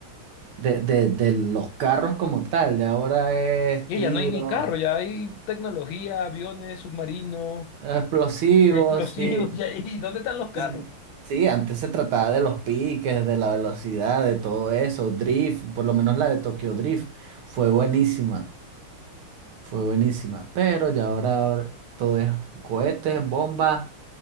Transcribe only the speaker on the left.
Y
ya no hay ni carro, ya hay tecnología, aviones, submarinos,
explosivos,
<laughs> ya- ¿y dónde están los carros?